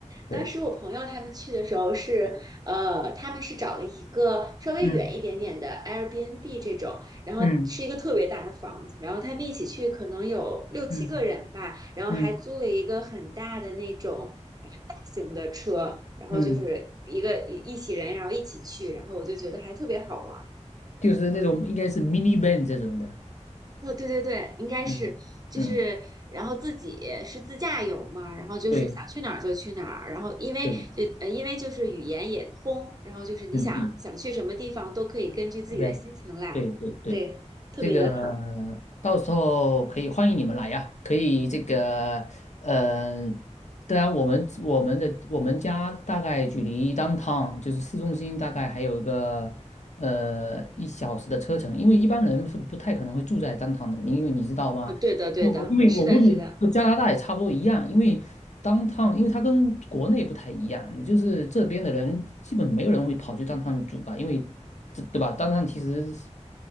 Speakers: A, on the left; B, on the right.
A: 对，
B: 当时我朋友他们去的时候是，呃，他们是找了一个稍微远一点点的
A: 嗯
B: Airbnb 这种，然后是一个特别大的房子，
A: 嗯
B: 然后他们一起去可能有六七个人吧，
A: 嗯
B: 然后还租了一个很大的那种呃大型的车，
A: 嗯
B: 然后就是一个一一起人，
A: 嗯，
B: 然后一起去，然后我就觉得还特别好玩。
A: 就是那种应该是 minivan 这种的，
B: 哦，对对对，应该是，
A: 嗯嗯，
B: 就是，然后自己是自驾游嘛，然后就是想去哪儿就去哪儿，
A: 对
B: 然后因为就呃，
A: 对，
B: 因为就是语言也通，然后就是你想想去什么地方都可以根据自己的心情来，
A: 嗯嗯，这边对对对。
B: 对，特别的好。
A: 这个到时候可以欢迎你们来呀，可以这个，嗯、当然我们我们的我们家大概距离 downtown 就是市中心大概还有个呃一小时的车程，因为一般人是不太可能会住在 downtown 的，你因为你知道吗？
B: 啊，对的对的，
A: 对我因为我估计和加拿大也差不多一样，
B: 是的是的。
A: 因为当趟，因为它跟国内不太一样，就是这边的人基本没有人会跑去当趟住吧，因为这对吧？当趟其实是